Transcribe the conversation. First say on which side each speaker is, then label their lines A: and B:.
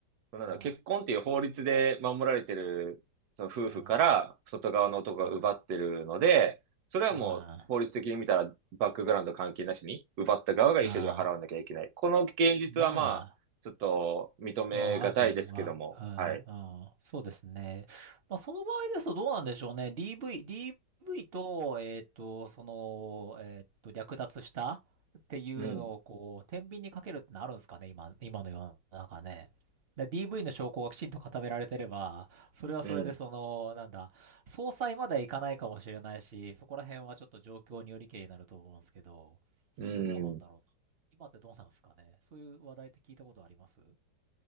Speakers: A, on the right; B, on the right.
A: そなんだ結婚っていう法律で守られてる、
B: あ
A: その夫婦から外側の男が奪ってるので、
B: あ、ああ、あ
A: それはもう法律的に見たらバックグラウンド関係なしに、
B: あ、あ
A: 奪った側が慰謝料を払わなきゃいけない。
B: あ、ああ。
A: この現実はまあ、
B: まあ。
A: ちょっと認めがたいですけども、
B: うん、ある程度は、うん、
A: はい。
B: うん、そうですね。まあ、その場合ですとどうなんでしょうね。DV、DV と、えっと、その、えっと、略奪したっていうのを、
A: うん、
B: こう、天秤にかけるってのあるんですかね、今、今の世の中ね。で DV の証拠がきちんと固められてれば、それはそれで、
A: うん、
B: その、なんだ、総裁まではいかないかもしれないし、そこら辺はちょっと状況によりけりになると思うんですけど、それってどうなんだろう。
A: うん。
B: 今ってどうなんですかね。そういう話題って聞いたことあります